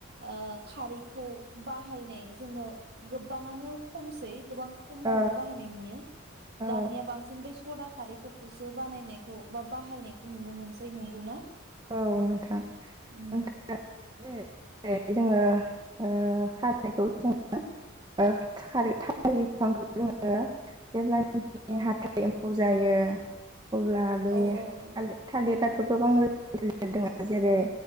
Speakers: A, on the right; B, on the right.
A: ओ खारैखौ बाहायनाय जोङो गोबाङानो खमसै गोबां खमखौनो
B: औ
A: बाहायनाय नुयो
B: औ
A: दानिया बांसिन बै सदा खारै फोरखौसो बानायनायखौ बा बाहायनायखौ नुनो मोनसै नंगौना
B: औ नोंथां
A: उम
B: नोंथां <unintelligible> जोंङो ओ खारदैखौ सङो <unintelligible>
A: औ
B: <unintelligible> जायो अब्ला बे
A: औ औ
B: थालिर थालिर आथ गोबां रोखोम दङ जेरै